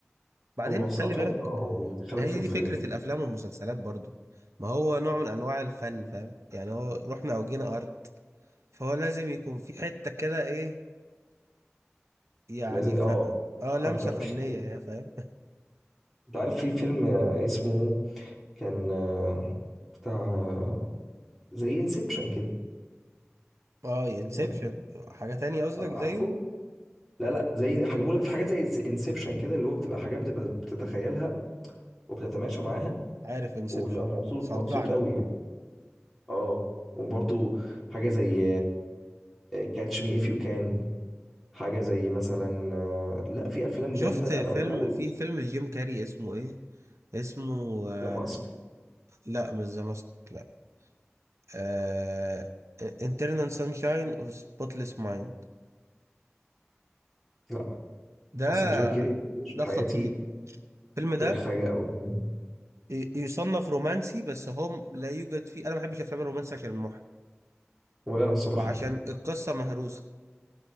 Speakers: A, on the right; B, in the centre.
A: بعدين
B: هو مفس-
A: خلي
B: آه فعلا
A: بالك
B: اه هو بيدخلك
A: هي
B: في,
A: دي
B: في,
A: فكرة
B: في
A: الأفلام والمسلسلات برضو ما هو نوع من أنواع الفن فاهم يعني هو رحنا أو جينا أرض فهو لازم يكون في حتة كده إيه يعني
B: لازم
A: ف...
B: اه
A: اه
B: فهمتك
A: لمسة فنية يا فاهم
B: انت عارف في فيلم آه، اسمه كان آه، بتاع آه، زي انسبشن كده
A: اه انسبشن
B: يعني
A: حاجة تانية قصدك
B: آه،
A: زيه
B: عارفه لا لا زي هجيبه لك في حاجات زي انسبشن كده اللي هو بتبقى حاجات بتبقى بتتخيلها وبتتماشى معاها
A: عارف انسبشن
B: وبتبقى مبسوط
A: صدعني
B: مبسوط قوي يعني اه وبرضه حاجة زي كاتش مي اف يو كان حاجه زي مثلا آه، لا في افلام
A: شفت
B: جامده
A: فيلم
B: انا اقول
A: في
B: قلت
A: فيلم لجيم كاري اسمه إيه اسمه آه
B: ذا ماسك
A: لا مش ذا ماسك لا آه... Internal Sunshine of Spotless Mind
B: لا
A: ده
B: اصلا جيم كيري ما شفتوش في
A: ده
B: حياتي
A: خطير الفيلم ده
B: غير حاجه او اتنين
A: ي- يصنف رومانسي بس هو لا يوجد فيه انا ما بحبش افلام الرومانسي عشان المحن
B: ولا انا الصراحه
A: وعشان القصه مهروسه